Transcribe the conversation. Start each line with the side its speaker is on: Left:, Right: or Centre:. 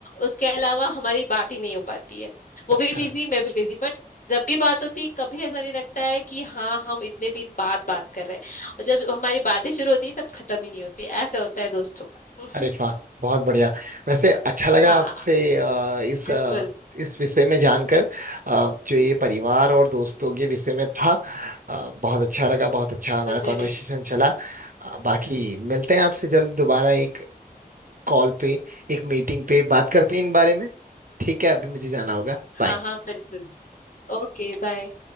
Left: उसके अलावा हमारी बात ही नहीं हो पाती है वो
Right: अच्छा
Left: भी बिजी मैं भी बिजी बट जब भी बात होती है कभी ऐसा नहीं लगता है कि हाँ हम इतने दिन बाद बात कर रहे हैं और जब हमारी बातें शुरू होती है तब खत्म ही नहीं होती ऐसा होता है दोस्तों का
Right: अरे वाह बहुत बढ़िया वैसे अच्छा लगा
Left: <laughs> हाँ
Right: आपसे अ, इस
Left: बिल्कुल
Right: अ, इस विषय में जानकर अ, जो ये परिवार और दोस्तों के विषय में था अ, बहुत अच्छा लगा बहुत अच्छा हमारा
Left: मुझे
Right: कॉन्वर्सेशन
Left: भी
Right: चला अ, बाकी मिलते हैं आपसे जल्द दोबारा एक कॉल पे एक मीटिंग पे बात करते हैं इन बारे में ठीक है अभी मुझे जाना होगा बाय
Left: हाँ हाँ बिल्कुल Okay bye